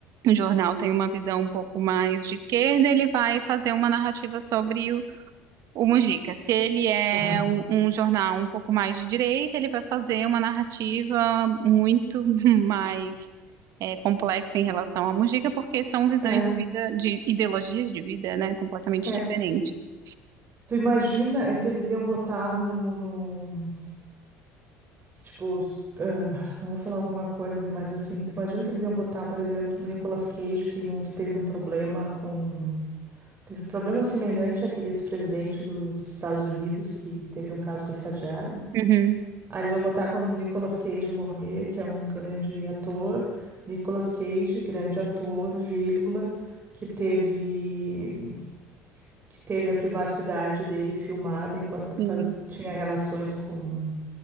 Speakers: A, on the right; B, on the right.
A: jornal tem uma visão um pouco mais de esquerda, ele vai fazer uma narrativa sobre O Mujica, se ele é
B: Aham.
A: um, um jornal um pouco mais de direita, ele vai fazer uma narrativa muito <laughs> mais é, complexa em relação ao Mujica, porque são visões
B: É,
A: de vida, de ideologias de vida, né, completamente
B: é.
A: diferentes.
B: Tu imagina é, que eles iam botar no, no tipo, s- ah, não vou falar alguma coisa, mas assim, tu imagina que eles iam botar, por exemplo, no Nicolas Cage tem um, teve um problema com, teve problema semelhante àqueles presidente do- dos Estados Unidos que teve um caso com a estagiária.
A: Uhum.
B: Aí eles vão botar quando o Nicolas Cage morrer, que é um grande ator. Nicolas Cage, grande ator, vírgula, que teve, que teve a privacidade dele filmada enquanto faz,
A: E
B: tinha relações com